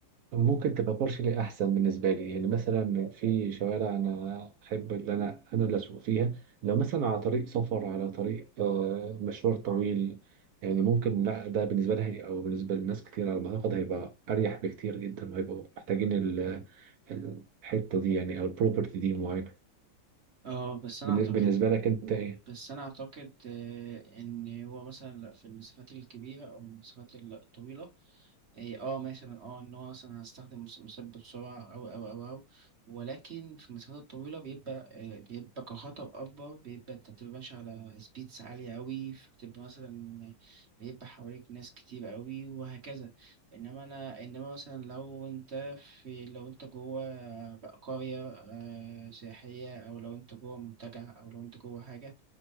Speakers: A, on the right; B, on the right.
A: ممكن تبقى لي احسن بالنسبه لي يعني مثلا في شوارع انا احب ان انا انا اللي اسوق فيها لو مثلا على طريق سفر على طريق آه، مشوار طويل يعني ممكن لا ده بالنسبه لي او بالنسبه لناس كتير على ما اعتقد هيبقى اريح بكتير جدا وهيبقوا محتاجين ال- الحته دي يعني او البروبرتي دي معينه
B: اه بس انا
A: بالن-
B: اعتقد
A: بالنسبه لك انت ايه
B: بس أنا أعتقد آه، إن هو مثلا لأ، في المسافات الكبيرة أو المسافات الطويلة إيه، اه مثلا اه ان هو مثلا هستخدم مس- مثبت سرعة او او او او ولكن في المسافات الطويلة بيبقى آه، بيبقى كخطر أكبر بيبقى أنت بتبقى ماشي على سبيدز عالية أوي بتبقى مثلا بيبقى حواليك ناس كتير أوي وهكذا إنما أنا إنما مثلا لو أنت في لو أنت جوه بقى قرية آه، سياحية أو لو أنت جوه منتجع أو لو أنت جوه حاجة